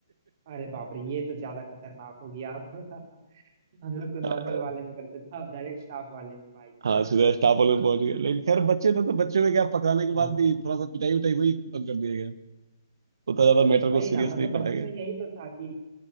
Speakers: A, on the right; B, on the right.
A: अरे बाप रे ये तो ज्यादा खतरनाक हो गया अब <laughs> हम लोग तो नॉर्मल
B: <laughs> अ,
A: वाले में करते थे अब डायरेक्ट स्टाफ वाले में भाई साहब
B: हाँ सीधा स्टाफ वाले में पहुंच गए लेकिन खैर बच्चे थे तो बच्चों में क्या पकड़ाने के
A: हाँ
B: बाद भी थोड़ा सा पिटाई उटाई हुई खत्म कर दिया गया उतना ज्यादा मैटर
A: वही
B: को सीरियस
A: ना मतलब
B: नहीं
A: बच्चों
B: पढ़ाया गया
A: में यही तो था कि